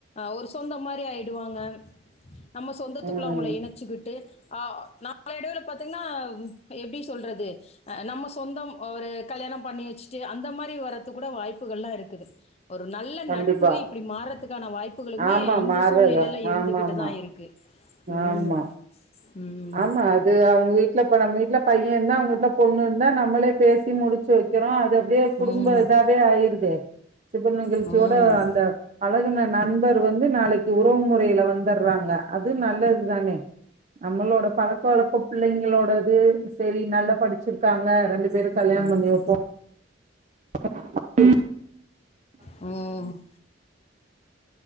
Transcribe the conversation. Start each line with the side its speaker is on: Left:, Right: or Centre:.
Left: ஒரு சொந்தம் மாதிரி ஆயிடுவாங்க நம்ம சொந்தத்துக்குள்ள
Right: ம்
Left: அவங்கள இணைச் சிக்கிட்டு ஆஹ் நா நாலு அடைவுல பாத்தீங்கன்னா எப்படி சொல்றது அஹ் நம்ம சொந்தம் ஒரு கல்யாணம் பண்ணி வச்சுட்டு அந்த மாதிரி வர்றது கூட வாய்ப்புகள் எல்லாம் இருக்குது ஒரு நல்ல
Right: கண்டிப்பா
Left: நட்பு இப்படி மாறுறதுக்கான வாய்ப்புகளுமே
Right: ஆமா
Left: இந்த
Right: மாறுதான்
Left: சூழ்நிலையில் இருந்துகிட்டு
Right: ஆமாமா
Left: தான்
Right: ஆமா.
Left: இருக்குது உம்
Right: ஆமா
Left: உம்
Right: ஆமா அது அவங்க வீட்டுல இப்ப நம்ம வீட்டுல பையன் இருந்தா அவங்க வீட்டுல பொண்ணு இருந்தா நம்மளே பேசி முடிச்சு வைக்கிறோம் அதை இதே குடும்பம்
Left: ம் ம்
Right: இதாவே
Left: ம்
Right: ஆயிருது சுப நிகழ்ச்சியோட
Left: ம்
Right: அந்த பழகுன நண்பர் வந்து நாளைக்கு உறவு முறையில வந்துடுறாங்க அது நல்லது தானே நம்மளோட பழக்க வழக்கோ பிள்ளைங்களோட அது சரி நல்லா படிச்சிருக்காங்க ரெண்டு பேரும்
Left: ம்
Right: கல்யாணம் பண்ணி வைப்போம் <inaudible>
Left: ம்